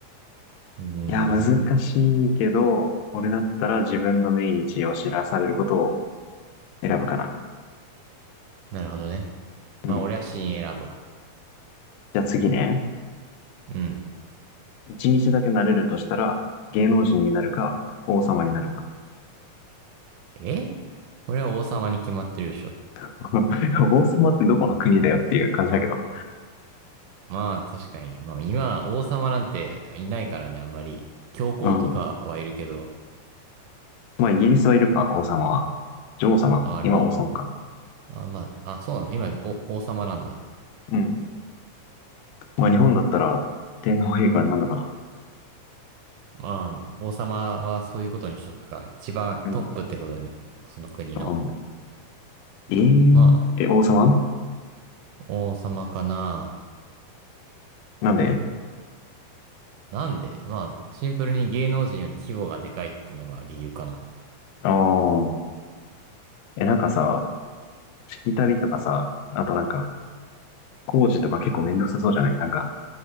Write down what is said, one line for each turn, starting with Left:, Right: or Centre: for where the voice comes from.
Right: うーん。
Left: いや、難しいけど、俺だったら自分の命日を知らされることを選ぶかな。
Right: なるほどね。まあ、
Left: うん。
Right: 俺は死因選ぶわ。
Left: じゃあ次ね。
Right: うん。
Left: 一日だけなれるとしたら、芸能人になるか、王様になるか。
Right: えこれは王様に決まってるでしょ。
Left: <laughs> 王様ってどこの国だよっていう感じだけど。
Right: まあ、確かに。まあ、今、王様なんていないからね、あんまり。教皇とかはいるけど、
Left: うん。まあ、イギリスはいるか、王様は。女王様今王様か。
Right: あれ、お、あ、まあ、あ、そうなの今、お、王様なんだ。
Left: うん。まあ、日本だったら、天皇陛下になるのかな。
Right: まあ、王様はそういうことにしとくか。一番トップってことに、
Left: うん。
Right: その国の。
Left: うん、えー、
Right: まあ、
Left: え、王様
Right: 王様かな。
Left: なんで
Right: なんで、まあ、シンプルに芸能人より規模がでかいってのが理由かな。
Left: ああー。え、なんかさ、しきたりとかさ、あとなんか、工事とか結構めんどくさそうじゃないなんか、